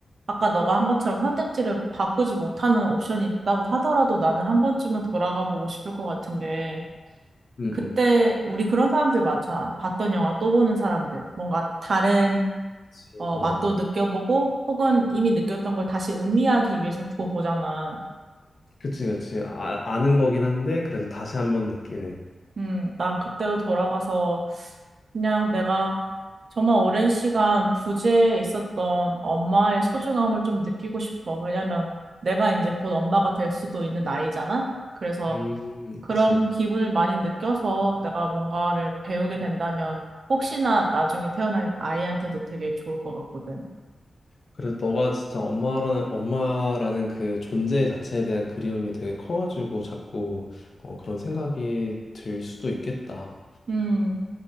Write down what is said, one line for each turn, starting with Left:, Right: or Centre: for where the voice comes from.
Right: 아까 너가 한 것처럼 선택지를 바꾸지 못하는 옵션이 있다고 하더라도 나는 한 번쯤은 돌아가 보고 싶을 것 같은 게
Left: 응,
Right: 그때
Left: 응.
Right: 우리 그런 사람들 많잖아. 봤던 영화 또 보는 사람들. 뭔가 다른
Left: 그치.
Right: 어,
Left: 어,
Right: 맛도 느껴보고 혹은 이미 느꼈던 걸 다시 음미하기 위해서 더 보잖아.
Left: 그치, 그치. 아, 아는 거긴 한데 그래도 다시 한번 느끼는.
Right: 음, 난 그때로 돌아가서 그냥 내가 정말 오랜 시간 부재에 있었던 엄마의 소중함을 좀 느끼고 싶어. 왜냐면 내가 이제 곧 엄마가 될 수도 있는 나이잖아. 그래서
Left: 음,
Right: 그런
Left: 그치.
Right: 기분을 많이 느껴서 내가 뭔가를 배우게 된다면 혹시나 나중에 태어날 아이한테도 되게 좋을 것 같거든.
Left: 그래서 너가 진짜 엄마라는 엄마라는 그 존재 자체에 대한 그리움이 되게 커가지고 자꾸 어, 그런 생각이 들 수도 있겠다.
Right: 음.